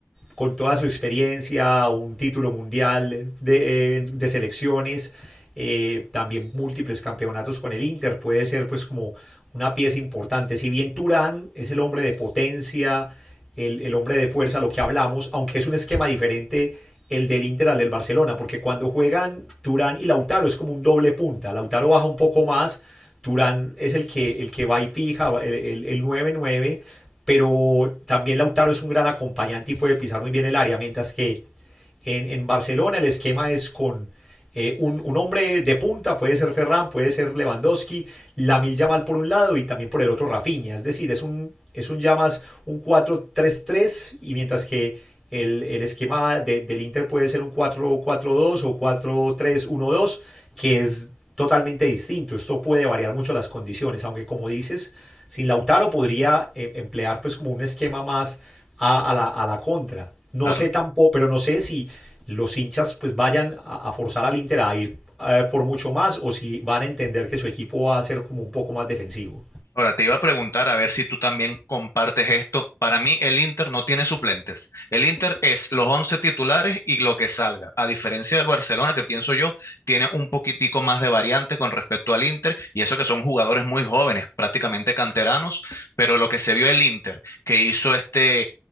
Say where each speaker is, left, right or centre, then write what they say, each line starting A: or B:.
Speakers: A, in the centre; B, on the left.
A: con toda su experiencia, un título mundial de, eh, de selecciones, eh, también múltiples campeonatos con el Inter, puede ser pues como una pieza importante. Si bien Turán es el hombre de potencia, el, el, hombre de fuerza, lo que hablamos, aunque es un esquema diferente el del Inter al del Barcelona, porque cuando juegan Turán y Lautaro es como un doble punta, Lautaro baja un poco más, Turán es el que, el que va y fija, el, el, nueve 9 pero también Lautaro es un gran acompañante y puede pisar muy bien el área, mientras que en, en Barcelona el esquema es con eh, un, un, hombre de punta, puede ser Ferran, puede ser Lewandowski, Lamil Yamal por un lado y también por el otro Rafinha. Es decir, es un, es un ya más un 4-3-3 y mientras que el, el esquema de, del Inter puede ser un 4-4-2 o 4-3-1-2, que es totalmente distinto. Esto puede variar mucho las condiciones, aunque como dices, sin Lautaro podría eh, emplear pues como un esquema más a, a, la, a la contra no
B: Claro.
A: sé tampoco, pero no sé si los hinchas pues vayan a, a forzar al Inter a ir eh, por mucho más o si van a entender que su equipo va a ser como un poco más defensivo.
B: Ahora, te iba a preguntar a ver si tú también compartes esto. Para mí, el Inter no tiene suplentes. El Inter es los 11 titulares y lo que salga. A diferencia del Barcelona, que pienso yo, tiene un poquitico más de variante con respecto al Inter, y eso que son jugadores muy jóvenes, prácticamente canteranos, pero lo que se vio el Inter, que hizo este,